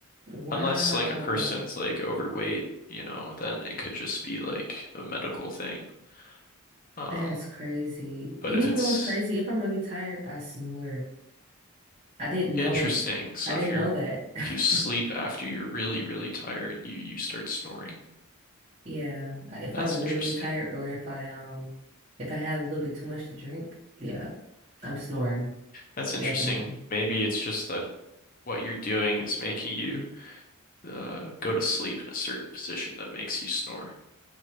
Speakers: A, on the right; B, on the left.
A: Wow.
B: Unless like a person's like overweight, you know, then it could just be like a medical thing. Um,
A: That's crazy.
B: but
A: You
B: if it's
A: know what's crazy? If I'm really tired, I snore. I didn't
B: interesting,
A: know
B: so
A: I
B: if
A: didn't
B: you're
A: know that. <laughs>
B: if you sleep after you're really, really tired, you you start snoring.
A: Yeah, I- if
B: That's
A: I'm really
B: interesting.
A: really tired or if I um if I had a little bit too much to drink, yeah, I'm snoring
B: That's interesting.
A: definitely.
B: Maybe it's just that what you're doing is making you uh, go to sleep in a certain position that makes you snore.